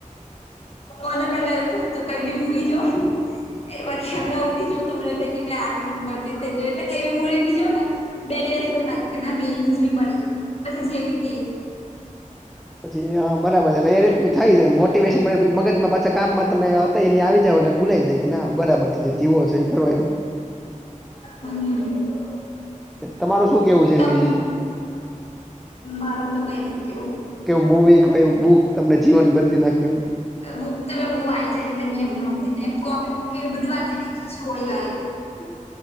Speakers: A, on the left; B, in the centre.
A: મને પેલા એવું થું તું કઈ મૂવી જો. એ બાકી હમણાં ઉડી જોય તો, મને કે મેં આર્મી ઉબરતી તે, જો એટલે કેઈવી એ બી જો ને. બે દિવસ એવું લાગે કે, ના બે જે બની, પછી જેવી.
B: પછી હા, બરાબર છે, એટલે એ રીતનું થાય છે, મોટિવેશન મગજમાં પાછા કામમાં તમે એની આવી જાવ, એલે ભૂલાય જાય કે, ના બરાબર છે, જે તીવો છે, એ કરો એ.
A: હમ.
B: તમારું શું કેવું છે,
A: તમ
B: એ વિશે?
A: મારે તો કંઈ નહીં કહેવું.
B: કેવું મવી કે, એ બુક તમને જીવન બદલી નાખે એવું.
A: બુક તમે બુ વાય છેહી, એમને કોમિક બુક એ, બધી વાંચેલી છે સ્ટોરી વાળી.
B: હમ.